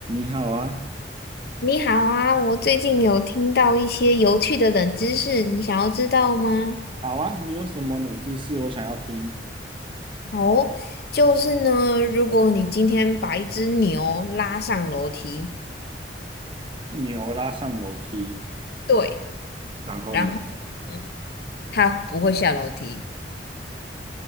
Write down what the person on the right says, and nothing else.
你好啊，
好啊，你有什么冷知识？我想要听。
牛拉上楼梯，
然后呢？